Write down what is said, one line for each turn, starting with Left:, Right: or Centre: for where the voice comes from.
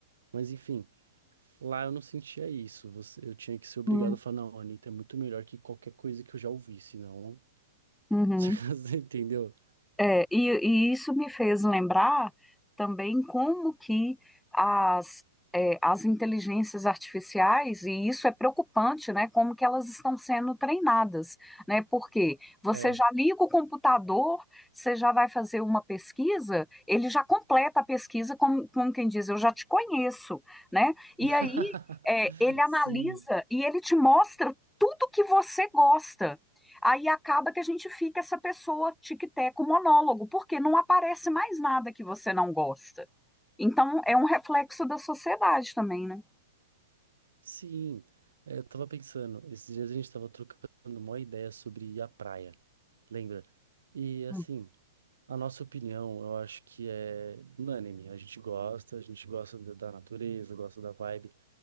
Right: mas enfim. Lá eu não sentia isso. Você, eu tinha que ser obrigado
Centre: Hum.
Right: a falar, não, Anitta é muito melhor que qualquer coisa que eu já ouvi, senão.
Centre: Uhum.
Right: <laughs> Você entendeu?
Centre: É, e, e isso me fez lembrar também como que as, é, as inteligências artificiais, e isso é preocupante, né? Como que elas estão sendo treinadas, né? Porque você
Right: É.
Centre: já liga o computador, você já vai fazer uma pesquisa, ele já completa a pesquisa, como, como quem diz, eu já te conheço, né? E
Right: <laughs>
Centre: aí, é, ele analisa
Right: Sim,
Centre: e ele te mostra tudo que você gosta. Aí acaba que a gente fica essa pessoa tic-teco monólogo, porque não aparece mais nada que você não gosta. Então é um reflexo da sociedade também, né?
Right: sim. É, eu tava pensando, esses dias a gente tava trocando uma ideia sobre ir à praia, lembra? E assim,
Centre: Uhum,
Right: a nossa opinião, eu acho que é unânime. A gente gosta, a gente gosta da da natureza, gosta da vibe.